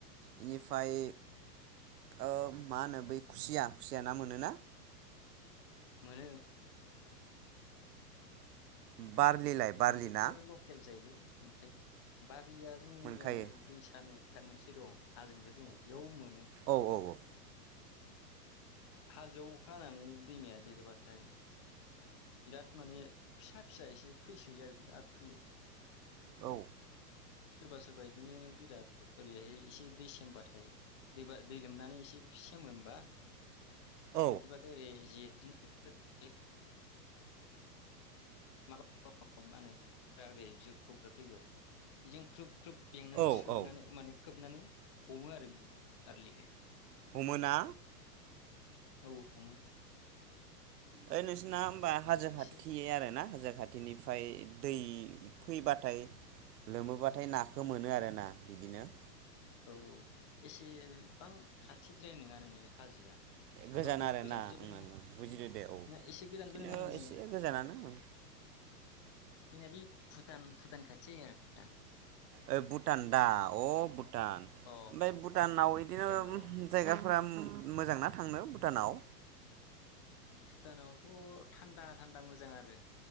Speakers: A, on the right (about 75°); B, on the left (about 20°).
A: बेनिफाय ओ मा होनो बै खुसिया खुसिया ना मोनोना?
B: मोनो।
A: बारलिलाय
B: मा
A: बारलि
B: बेफोरथ'
A: ना
B: आरो लकेल जाहैबाय। मोनखायो बा रलिया जोंनियाव
A: मोनखायो
B: दैसा मोनसे दं हाजोनिफ्राय फैनाय इयाव मो
A: औ औ औ।
B: हाजोआव अखा हानानै दैमाया देरोबाथाय बिराद माने फिसाद फिसा एसे फैसोयो आरो बिराद फैयो।
A: औ।
B: सोरबा सोरबा इदिनो बिराद ओरैहाय एसे दै सेमबाथाय दैबा दै लोमनानै एसे फि सेमो होमबा
A: औ
B: बिदिबाथाय ओरै जे <unintelligible> <unintelligible> मानो एरै जिरख'ग्रा दैयाव बेजों ख्रोब ख्रुब बेंनानै
A: औ
B: सोबनानै
A: औ
B: माने खोबनानै हमो आरो बिदि बारलिखो।
A: हमो ना?
B: औ हमो।
A: ओइ नोंसिना ओम बा हाजो खाथि
B: एसे
A: आरो ना हाजो खाथिनिफाय दै फैबाथाय लोमोबाथाय नाखो मोनो आरोना बिदिनो
B: औ औ एसेबां खाथिद्राय नङा नोंनायालाय हाजोआ
A: गोजान
B: अब्लाबो
A: आरोना
B: गोजानद्रायबो
A: ओं
B: नङा
A: बुजिदो दे औ
B: ना एसे गोजानबो
A: बिदिनो
B: नङा नोंनियालाय
A: एसे गोजानानो ओं
B: जोंनिया बि भुटान भुटान खाथि जायो आरो भुटान।
A: ओइ भुटान दा अ भु टान ओमफाय
B: अ
A: भुटानाव इदिनो
B: भुटानाव
A: जायगा फुरा उम मोजांना थांनो भुटानाव?
B: भुटानावथ' थान्दा थान्दा मोजां आरो।